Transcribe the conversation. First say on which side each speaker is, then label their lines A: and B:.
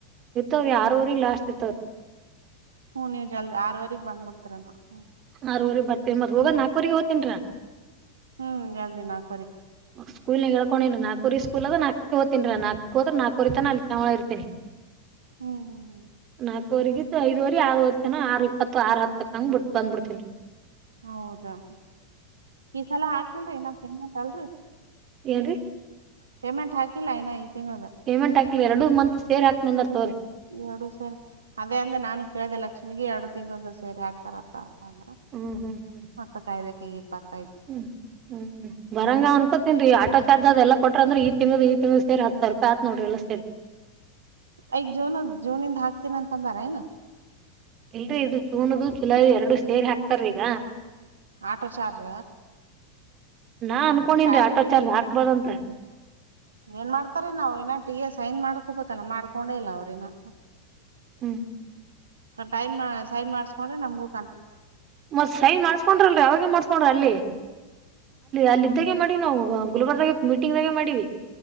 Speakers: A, on the right; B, on the right.
A: ಇತ್ತ್ರ ಯಾರವರ ಲಾಸ್ಟ್ ಇತ್ತವರಿ
B: ಹ್ಮ್ ನೀವು ಜಲ್ದಿ ಆರವರೆಗ್ ಬಂದ್ಬಿಡ್ತರ ನಾ ಹ್ಮ
A: ಆರೂವರಿಗ್ ಮತ್ ಹೋಗದ ನಾಕವರೆಗೆ ಹೋಗ್ತನ್ರ
B: ಹ್ಮ್ ಎಲ್ ದಿನ ಆ
A: ಸ್ಕೂಲ್ ನ ಹೇಳ್ಕೊಂಡಿಲ್ಲ ನಾ ಕುರಿ ಸ್ಕೂಲ್ ಅದ ನಾಕ ಹೋತಿನನ್ರ ನಾಕಕ್ ಹೋದ್ರ ನಾಕುರಿತಾನ ಅಲ್ಲಿ ಚಳ ಇರ್ತಿನಿ
B: ಹ್ಮ್ ಹ್ಮ್ ಹ್ಮ್
A: ನಾಲ್ಕವರೆಗ ಐದುವರೆ ಆವರೆ ತನ ಆರು ಇಪ್ಪತ್ತು ಆರು ಹತ್ತಕ್ಕ ಹಂಗಗೆ ಬಿ ಬಂದ್ಬಿಡ್ತೇನಿ
B: ಹೌದಾ ಈ ಸಲ ಹಾಕಿಲ್ರಿ ಇನ್ನಲ್
A: ಏನ್
B: ಪೇಮೆಂಟ್ ಹಾಕಿಲ್ಲ ನ ಈ ತಿಂ
A: ಪೇಮೆಂಟ್ ಹಾಕಿಲ್ಲ ಎರಡು ಮಂತ್ ಸೇರಿ ಹಾಕ್ನಂದ ತೋಗರಿ.
B: ಎರಡು ಸೆರಿ, ಅದೇ ಅಂದ್ರೆ ನಾನು ಕೇಳ್ದ ಲಕ್ಷ್ಮಿಗೆ ಎರಡು ತಿಂಗಳ್ದ ಸೇರಿ ಹಾಕ್ತಾರತ್ತ. ಂದ್ರ
A: ಹ್ಮ್ ಹ್ಮ್ ಹ್ಮ್.
B: ಮತ್ತ ಕಾಯ್ಬೇಕ ಈ ಇಪ್ಪತ್ <unintelligible>
A: ಹ್ಮ್, ಹ್ಮ್ ಬರಂಗ ಅನ್ಕೊತೇನ್ರಿ ಆಟೋ ಚಾರ್ಜ್ ಅದೆಲ್ಲ ಕೊಟ್ರ ಅಂದ್ರೆ, ಈ ತಿಂಗಳ ಈ ತಿಂಗಳು ಸೇರಿ ಹತ್ತು ಸಾವಿ ರೂಪಾಯಿ ಆತ್ ನೋಡ್ರಿ ಎಲ್ಲ ಸೆರಿ.
B: ಈಗ ಜೂನ್ -ಜೂನ್ನಿಂದ ಹಾಕ್ತೀನ ಅಂತ ಅಂದಾರ ಏನ್
A: ಇಲ್ರರಿ ಇದು ಜೂನ್ದು ಜುಲೈ ಎರಡು ಸೇರಿ ಹಾಕ್ತಾರಿಗ.
B: ಆಟೋ ಚಾರ್ಜ್
A: ನಾ ಅನ್ಕೊಂಡೇನ್ರೀ
B: ಶ್ಯಾಲ್ರಿನೇ
A: ಆಟೋ ಚಾರ್ಜ್
B: ರಿ
A: ಹಾಕ್ಬಾರ್ದಂತ
B: ಏನ್ ಮಾಡ್ತಾರ ನಾವ ಇನಾ ಈಗ ಸೈನ್ ಮಾಡ್ಕೊಬೇಕಲ್ಲ ಮಾಡ್ಕೊಂಡೆ ಇಲ್ಲ ಅವ್ರಿನ್ನ.
A: ಹ್ಮ್ ಹ್ಮ್ ಹ್ಮ್ <unintelligible>
B: ಟೈನ್ ಸೈನ್ ಮಾಡಸ್ಕೊಂಡ್ರೆ ನಮಗು
A: ಮತ್ ಸೈನ್ ಮಾಡ್ಸ್ಕೊಂಡ್ರಲ್ರಿಅವಾಗೇ ಮಾಡ್ಸ್ಕೊಂಡ್ರಿ ಅಲ್ಲಿ. ಅಲ್ಲಿದ್ದಾಗೆ ಮಾಡಿದ್ವಿ ನಾವು ಗುಲ್ಬರ್ಗ ದಂಗೆ ಮೀಟಿಂಗದಗೆ ಮಾಡಿದ್ವಿ.